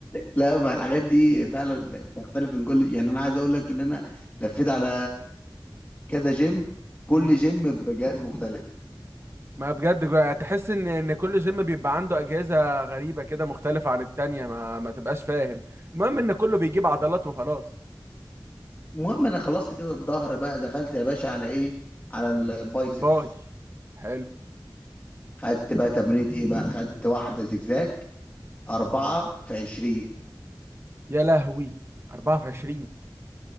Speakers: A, on the left; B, on the right.
A: لا ما الحاجات دي فعلا تختلف من كل يعني انا عايز اقول لك ان انا لفيت على كذا جيم كل
B: امم
A: جيم بجهاز مختلف
B: ما بجد جوا- تحس ان ان كل جيم بيبقى عنده اجهزه غريبه كده مختلفه عن التانية ما ما تبقاش فاهم المهم ان كله بيجيب عضلات وخلاص
A: المهم انا خلصت كده الظهر بقى دخلت يا باشا على ايه على
B: الباي
A: البايسبس
B: حلو
A: خدت بقى تمرينة ايه بقى خدت واحده زجزاج أربعة
B: مم.
A: في عشرين
B: يا لهوي 24